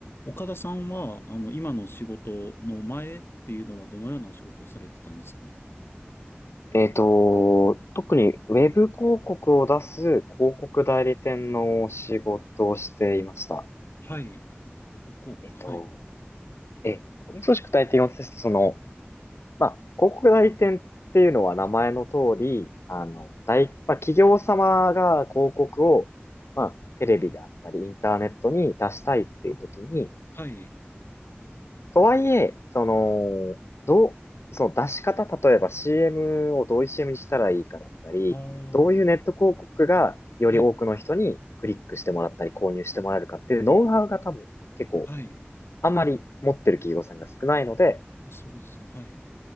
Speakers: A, on the left (about 65°); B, on the left (about 80°).
A: 岡田さんは、あの、今の仕事の前っていうのはどのようなお仕事をされてたんですか
B: えっと、特にウェブ広告を出す広告代理店の仕事をしていました。
A: はい。ウェブ広告。
B: えっと、
A: はい。
B: え、少し具体的すその、まあ、広告代理店っていうのは名前の通り、あの、大、まあ、企業様が広告を、まあ、テレビであったり、インターネットに出したいっていう時に、
A: はい。
B: とはいえ、その、どう、その出し方、例えば CM をどういう CM にしたらいいかだったり、
A: ああ、は
B: どういうネット広告がより多くの人にクリックしてもらったり購入してもらえるかっていうノウハウが多分結構
A: い、はい。
B: あんまり持ってる企業さんが少ないので、
A: そうですね。はい。